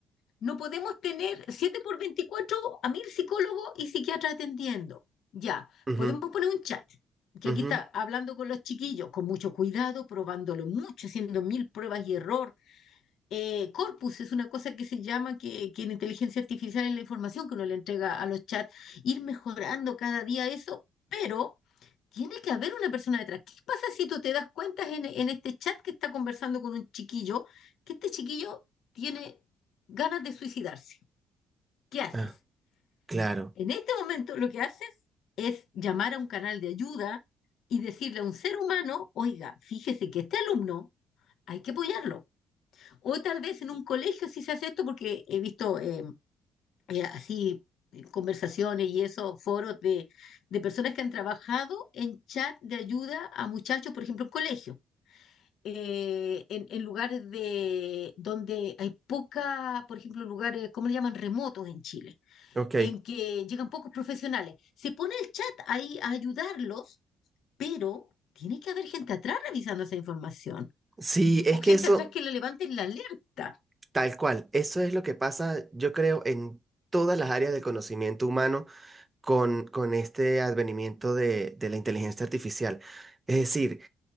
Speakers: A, on the left (about 70°); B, on the right (about 20°).
A: no podemos tener 7 por 24 a mil psicólogos y psiquiatras atendiendo. Ya,
B: Ujú,
A: podemos poner un chat, que
B: ujú.
A: aquí está hablando con los chiquillos, con mucho cuidado, probándolo mucho, haciendo mil pruebas y errores eh, corpus, es una cosa que se llama que, que en inteligencia artificial es la información que uno le entrega a los chats, ir mejorando cada día eso, pero tiene que haber una persona detrás. ¿Qué pasa si tú te das cuenta en, en este chat que está conversando con un chiquillo, que este chiquillo tiene ganas de suicidarse? ¿Qué haces?
B: Ah, claro,
A: En este momento lo que haces es llamar a un canal de ayuda y decirle a un ser humano, oiga, fíjese que este alumno hay que apoyarlo. O tal vez en un colegio sí se hace esto porque he visto eh, eh, así eh, conversaciones y eso, foros de, de personas que han trabajado en chat de ayuda a muchachos, por ejemplo, en colegio. eh, en, en lugares de donde hay poca, por ejemplo, lugares, ¿cómo le llaman? Remotos en Chile,
B: ok.
A: en que llegan pocos profesionales. Se pone el chat ahí a ayudarlos, pero tiene que haber gente atrás revisando esa información
B: Sí, es
A: o gente
B: que eso,
A: atrás que le levanten la alerta.
B: tal cual, eso es lo que pasa, yo creo, en todas las áreas del conocimiento humano con, con este advenimiento de, de la inteligencia artificial. Es decir,